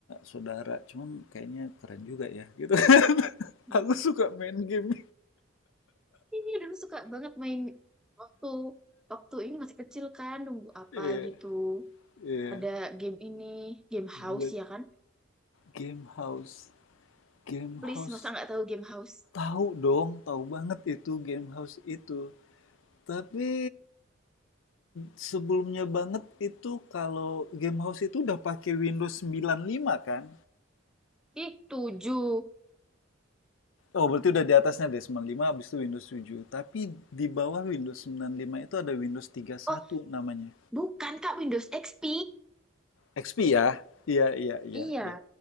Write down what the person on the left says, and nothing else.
saudara. Cuman kayaknya keren juga ya gitu. <laughs>
Aku suka main game.
Iya,
iya.
Black
Game House. Game
House.
Tahu dong, tahu banget itu Game House itu. Tapi sebelumnya banget itu kalau Game House itu udah pakai Windows sembilan puluh lima kan?
Oh, berarti udah di atasnya deh, 95 habis itu Windows 7. Tapi di bawah Windows 95 itu ada Windows 31
namanya.
XP ya? Iya, iya, iya,
iya.